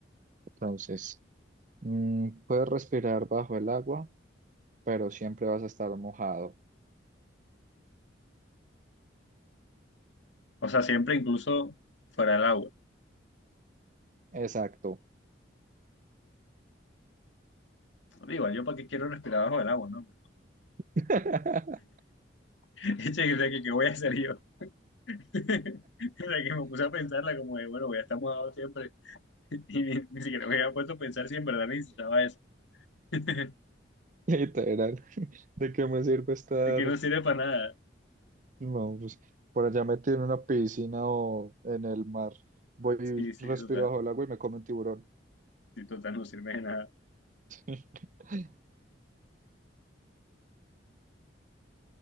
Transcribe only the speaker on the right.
entonces, mm, puedes respirar bajo el agua, pero siempre vas a estar mojado.
Exacto.
<laughs>
Literal, ¿de qué me sirve estar?
No, pues por allá metido en una piscina o en el mar, voy
y respiro
bajo el agua y me come un tiburón.
<laughs>